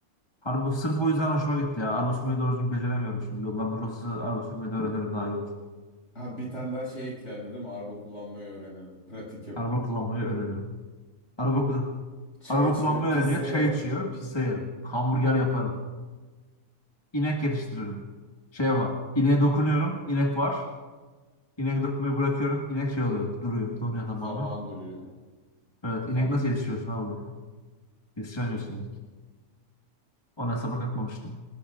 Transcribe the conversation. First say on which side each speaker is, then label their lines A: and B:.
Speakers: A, on the left (about 20°); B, on the left (about 50°).
A: Araba sırf o yüzden hoşuma gitti ya. Araba sürmeyi doğru düzgün beceremiyorum şimdi. Yollar boş olsa araba sürmeyi de öğrenirim daha iyi olur.
B: Ha bir tane daha şey eklendi değil mi? Araba kullanmayı öğrenirim. Pratik yapıp.
A: Araba kullanmayı öğrenirim. Araba,
B: Çay
A: araba
B: içerim,
A: kullanmayı
B: pizza
A: öğreniyor. Çay
B: yerim.
A: içiyor. Pizza yerim. Hamburger yaparım. İnek yetiştiririm. Şey var. İneğe dokunuyorum. İnek var. İnek dokunmayı bırakıyorum. İnek şey oluyor. Duruyor. Donuyor tamamı.
B: Zaman duruyor.
A: Evet.
B: Zam
A: inek nasıl yetiştiriyorsun abi? bunu? Yetiştiremiyorsun inek. Ona hesaba katmamıştım.